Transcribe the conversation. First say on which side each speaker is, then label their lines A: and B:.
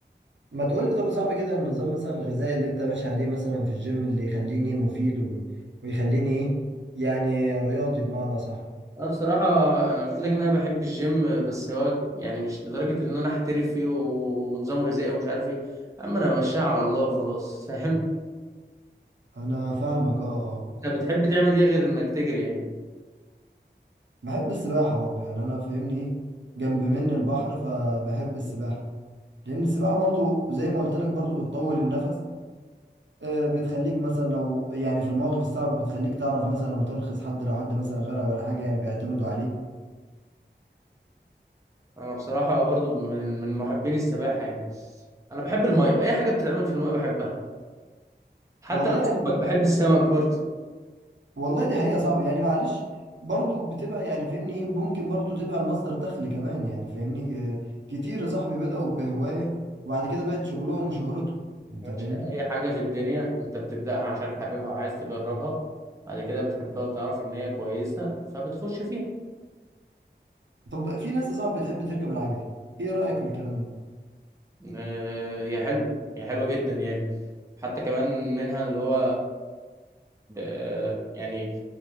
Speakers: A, on the right; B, on the right.
A: ما تقول لي طب يا صاحبي كده النظام مثلا الغذائي اللي انت ماشي عليه مثلا في الجيم اللي يخليني مفيد وب... ويخليني ايه يعني رياضي بمعنى صح
B: انا بصراحه انا قلت لك ان انا بحب الجيم بس هو يعني مش لدرجه ان انا احترف فيه و- ونظام غذائي ومش عارف ايه اما انا ماشيها على الله وخلاص فاهم
A: انا فاهمك اه اه
B: انت بتحب تعمل ايه غير انك تجري يعني
A: بحب السباحة برضو يعني انا فاهمني ايه جنب مني البحر فبحب السباحة لان السباحة برضو زي ما قلت لك برضو بتطول النفس آه، بتخليك مثلا لو يعني في المواقف الصعبة بتخليك تعرف مثلا تنقذ حد لو حد مثلا غرق ولا حاجة يعني بيعتمدوا عليك
B: انا بصراحه برضو من من محبين السباحه يعني انا بحب الميه اي حاجه بتتعمل في الميه بحبها حتى
A: والله
B: لو
A: يعني
B: سمك بحب السمك برضو
A: والله دي حقيقة يا صاحبي يعني معلش برضو بتبقى يعني فاهمني ايه ممكن برضو تبقى مصدر دخل كمان يعني فاهمني آه، كتير يا صاحبي بدأوا بهواية وبعد كده بقت شغلهم وشهرتهم انت
B: يا باشا،
A: فاهمني
B: اي حاجه في الدنيا انت بتبداها عشان حاببها وعايز تجربها بعد كده بتحبها وتعرف ان هي كويسه فبتخش فيها
A: طب في ناس يا صاحبي بتحب تركب العجل ايه رأيك في الكلام ده
B: آه، هي حلوة هي حلوة جدا يعني حتى كمان منها اللي هو ب... آه، يعني